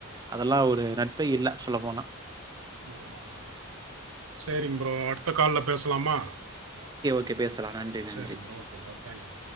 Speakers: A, on the right (about 20°); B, on the right (about 80°).
A: அதெல்லா ஒரு நட்பே இல்ல சொல்ல போனா
B: ஆமா ப்ரோ சேரிங் ப்ரோ அடுத்த கால்ல பேசலாமா
A: கே பேஸ் லா நன்றி நன்றி
B: சரிங்க ப்ரோ. ஓகே பா தேங்க்யூ